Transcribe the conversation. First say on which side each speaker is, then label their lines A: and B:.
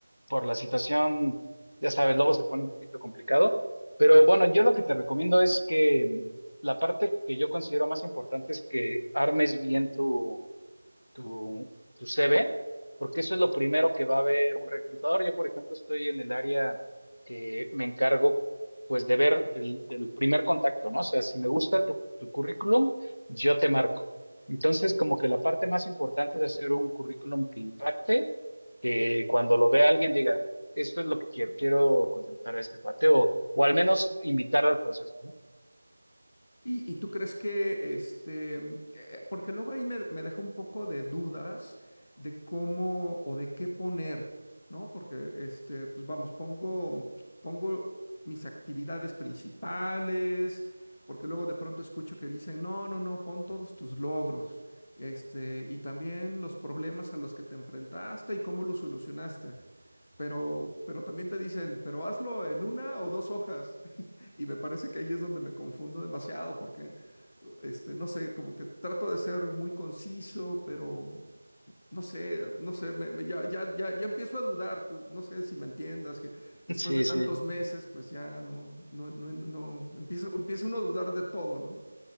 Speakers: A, on the left; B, on the left.
A: por la situación, ya sabes, luego se pone un poquito complicado. Pero bueno, yo lo que te recomiendo es que mm, la parte que yo considero más importante es que armes bien tu tu, tu CV, porque eso es lo primero que va a ver un reclutador. Yo, por ejemplo, estoy en el área que me encargo, pues, de ver del, del primer contacto, ¿no? O sea, si me gusta tu, tu currículum, yo te marco. Entonces, como que la parte más importante es hacer un currículum que impacte, que cuando lo vea alguien diga, esto es lo que quiero, quiero contratar a este cuate, o, o al menos invitar al proceso, ¿no?
B: ¿Y, y tú crees que, este, mm, eh, eh, porque luego ahí me, me deja un poco de dudas de cómo o de qué poner, ¿no? Porque, este, pues vamos, pongo, mm, pongo mis actividades principales, porque luego de pronto escucho que dicen, no, no, no, pon todos tus logros, este, y también los problemas a los que te enfrentaste y cómo los solucionaste. Pero, pero también te dicen, pero hazlo en una o dos hojas. <laughs> Y me parece que ahí es donde me confundo demasiado, porque, este, no sé, como que trato de ser muy conciso, pero no sé, no sé, me, me- ya, ya, ya, ya empiezo a dudar. tú- no sé si me entiendas, que después
A: <laughs> Sí,
B: de tantos
A: sí.
B: meses, pues ya no, no, no, no, empieza, empieza uno a dudar de todo, ¿no?